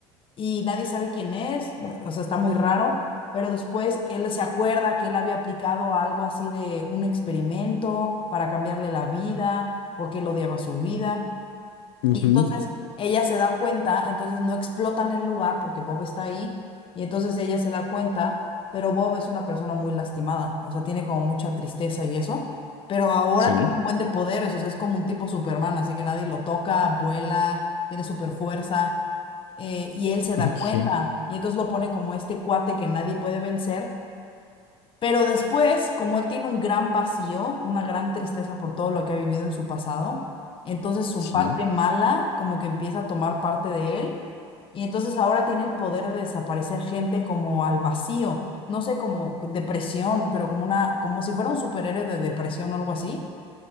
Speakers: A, on the left (about 40°); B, on the left (about 75°).
A: y nadie sabe quién es, o sea, está muy raro, pero después él se acuerda que él había aplicado algo así de un experimento para cambiarle la vida, porque él odiaba su vida.
B: Ujú,
A: Y entonces ella se da cuenta, entonces no explotan el lugar porque Bob está ahí, y entonces ella se da cuenta, pero Bob es una persona muy lastimada, o sea, tiene como mucha tristeza y eso, pero ahora
B: Sí.
A: tiene un buen de poderes, o sea, es como un tipo Superman, así que nadie lo toca, vuela, tiene super fuerza, eh, y él se da
B: Ok.
A: cuenta, y entonces lo pone como este cuate que nadie puede vencer, pero después, como él tiene un gran vacío, una gran tristeza por todo lo que ha vivido en su pasado, entonces su
B: Sí.
A: parte mala como que empieza a tomar parte de él y entonces ahora tiene el poder de desaparecer gente como al vacío, no sé, como depresión, pero como una, como si fuera un superhéroe de depresión o algo así